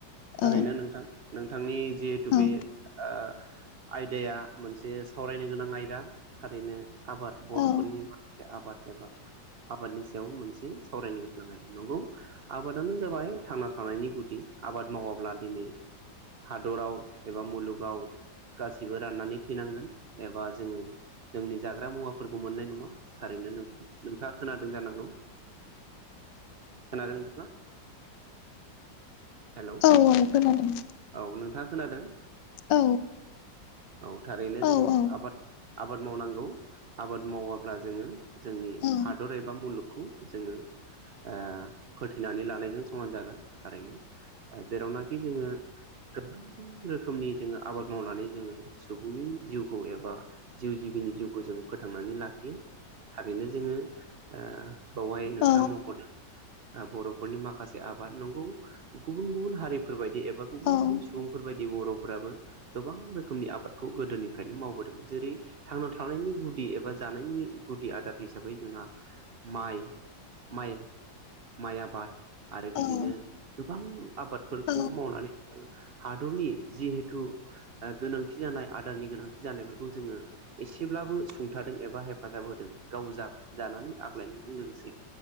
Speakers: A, on the right (about 75°); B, on the left (about 75°).
A: थारैनो
B: औ
A: नोंथां नोंथांनि जिहेथु
B: औ
A: बे ओ आयदाया मोनसे सावरायनो गोनां आयदा थारैनो आबाद बर'फोरनि
B: औ
A: माखासे आबाद एबा आबादनि सायाव मोनसे सावरायनो गोनां नंगौ आबादानो जाबाय थांना थानायनि गुदि आबाद मावाब्ला दिनै हादराव एबा मुलुगाव गासैबो राननानै थैनांगोन एबा जोङो जोंनि जाग्रा मुवाफोरखौ मोननाय नङा थारैनो नों नोंथाङा खोनादों जानांगौ खोनादों नोंथाङा हेल' औ
B: औ खोनादों
A: नोंथाङा खोनादों
B: औ
A: औ थारैनो
B: औ
A: जोङो
B: औ
A: आबाद आबाद मावनांगौ आबाद मावाब्ला जोङो जोंनि
B: औ
A: हादर एबा मुलुग खौ जोङो ओ फोथैनानै लानायजों समान जागोन थारैनो जेरावनाखि जोङो गोबां गोबां <unintelligible> रोखोमनि जोङो आबाद मावनानै जोङो सुबुंनि जिउखौ एबा जिउ जिबिनि जिउखौ जों फोथांनानै लाखियो थारैनो जोङो ओ बावहाय नोंथाङा
B: औ
A: मख'दों बर'फोरनि माखासे आबाद नंगौ गुबुन गुबुन हारिफोरबायदि एबा गुबुन
B: औ
A: गुबुन सुबुंफोरबायदि बर'फोराबो गोबां रोखोमनि आबादखौ गोदोनिफ्रायनो मावबोदों जेरै थांना थानायनि गुदि एबा जानायनि गुदि आदार हिसाबै जोंहा माइ माइ माइ आबाद आरो बिदिनो
B: औ
A: गोबां आबादफोरखौ
B: औ
A: मावनानै जों हादरनि जिहेथु गोनांथि जानाय आदारनि गोनांथि जानायफोरखौ जोङो एसेब्लाबो सुंथादों एबा हेफाजाब होदों गाव जा जानानै आग्लायनायजों लोगोसे